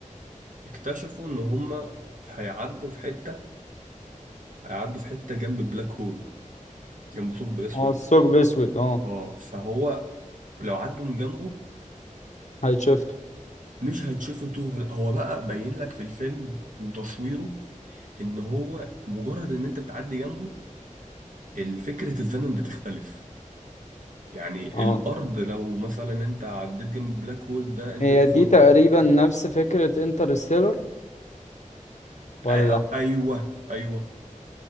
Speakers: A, on the right; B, on the left.
A: اكتشفوا إن هما هيعدوا في حتة هيعدوا في حتة جنب بلاك هول جنب ثقب أسود
B: اه الثقب اسود اه
A: اه فهو لو عدوا من جنبه
B: هاي شفته
A: مش هيتشفتوا لا، هو بقى باين لك في الفيلم وتصويره إن هو مجرد إن أنت بتعدي جنبه الفكرة الزمن بتختلف يعني
B: اه
A: الارض لو مثلا انت عديت جنب البلاك هول ده انت
B: هي
A: تاخد
B: دي تقريبا نفس فكرة انترستيلر ولا
A: آ- ايوه ايوه